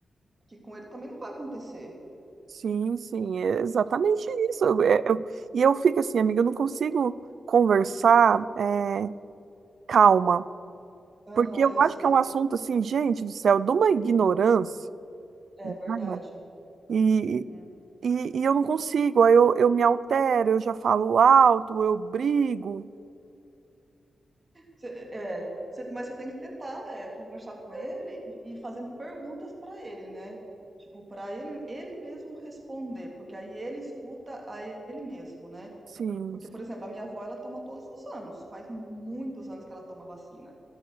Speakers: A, on the right; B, on the right.
A: Que com ele também não vai acontecer.
B: Sim, sim, é exatamente isso. Eu- é- eu- e eu fico assim, amiga, eu não consigo conversar é, calma,
A: Aham,
B: porque eu
A: eu
B: acho
A: sei.
B: que é um assunto assim, gente do céu, de uma ignorância,
A: É
B: né?
A: verdade.
B: E,
A: Uhum.
B: e, e eu não consigo, aí eu, eu me altero, eu já falo alto, eu brigo,
A: Cê- é, cê- mas você tem que tentar é, conversar com ele e, e fazendo perguntas para ele, né? Tipo, para ele, ele mesmo responder, porque aí ele escuta a ele mesmo, né?
B: sim.
A: Porque,
B: sim.
A: por exemplo, a minha avó, ela toma todos os anos, faz muitos anos que ela toma vacina